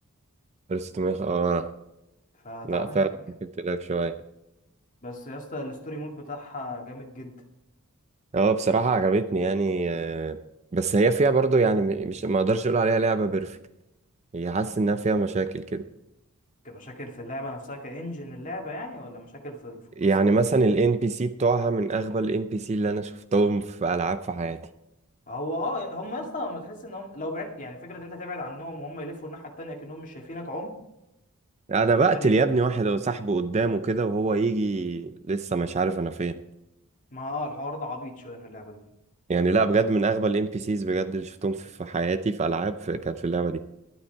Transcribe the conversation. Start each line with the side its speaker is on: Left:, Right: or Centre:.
Right: 1600 اه
Left: فتعبان
Right: لا فعلا
Left: فيك
Right: ممكن تلاقي شوية
Left: بس يا اسطى الستوري مود بتاعها جامد جدا
Right: اه بصراحة عجبتني يعني آه، بس هي فيها برضو يعني م- مش ما اقدرش اقول عليها لعبة بيرفكت هي حاسس انها فيها مشاكل كده
Left: كمشاكل في اللعبه نفسها كانجن اللعبه يعني ولا مشاكل في في القصه
Right: يعني مثلا الان بي سي بتوعها من اغبى الان بي سي اللي انا شفتهم في العاب في حياتي
Left: هو اه هم يا اسطى هم تحس انهم لو بعدت يعني فكره إن انت تبعد عنهم وهم يلفوا الناحيه التانيه كانهم مش شايفينك
Right: انا بقتل
Left: دي غريبة
Right: يا ابني واحد وسحبه قدامه كده وهو يجي لسه مش عارف انا فين
Left: ما اه الحوار ده عبيط شوية في اللعبة دي
Right: يعني لا بجد من اغبى الام بي سيز بجد اللي شفتهم في في حياتي في العاب في كانت في اللعبه دي